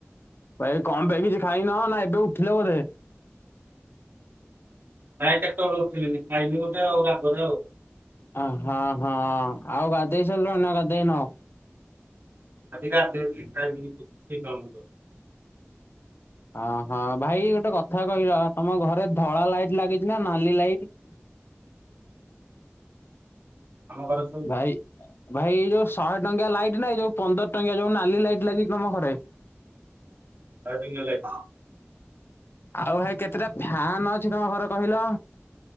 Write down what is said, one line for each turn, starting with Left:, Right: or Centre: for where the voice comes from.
Left: ଭାଇ କଣ ପାଇଁ କିଛି ଖାଇନ ନା ଏବେ ଉଠିଲ ବୋଧେ।
Right: ଭାଇ କେତେବେଳୁ ଉଥିଲିନି ଖାଇନ ଗଟା ଆଉ ରାଗ ତ ଆଉ
Left: ଅ ହଁ ହଁ ଆଉ ଗାଧେଇ ସାରିଲଣି ନା ଗାଧୋଇ ନ?
Right: ଆଜି ଗାଧେଇବିନି ଖାଇବିନି <inaudible>
Left: ଅହଁ ଭାଇ ଗୋଟେ କଥା କହିଲ ତମ ଘରେ ଧଳା ଲାଇଟ ଲାଗିଛି ନା ନାଲି ଲାଇଟ?
Right: ଆମ ଘରେ
Left: ଭାଇ ଭାଇ ଏ ଯେଉଁ ଶହେ ଟଙ୍କିଆ ଲାଇଟ ନାହିଁ ଯେଉଁ ପନ୍ଦର ଟଙ୍କିଆ ଯେଉଁ ନାଲି ଲାଇଟ ଲାଗି ତମ ଘରେ।
Right: ଷ୍ଟାର୍ଟିଙ୍ଗ ନ ଲାଇଟ <inaudible>
Left: ଆଉ ଭାଇ କେତେଟା ଫ୍ୟାନ ଅଛି ତମ ଘରେ କହିଲ?